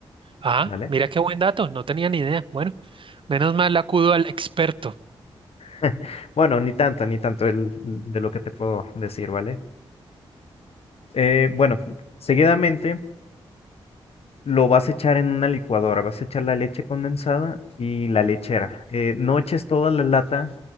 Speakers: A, on the right; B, on the left.
A: Ah,
B: ¿vale?
A: mira qué buen dato, no tenía ni idea. Bueno, menos mal acudo al experto.
B: <laughs> Bueno, ni tanto, ni tanto el- de lo que te puedo decir, ¿vale? Eh, bueno, seguidamente lo vas a echar en una licuadora, vas a echar la leche condensada y la lechera. Eh, no eches toda la lata,